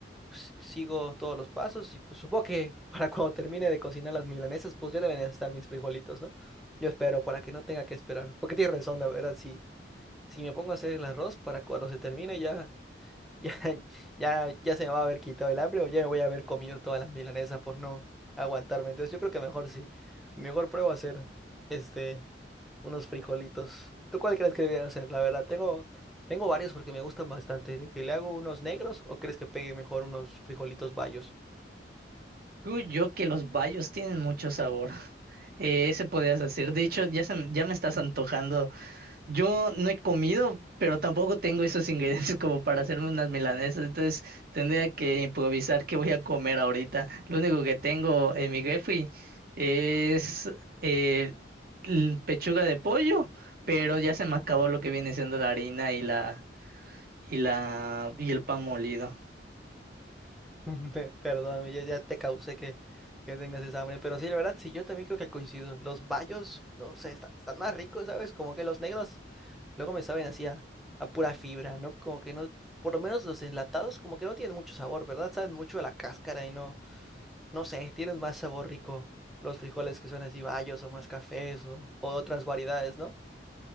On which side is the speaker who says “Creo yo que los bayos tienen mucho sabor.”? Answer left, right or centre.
Right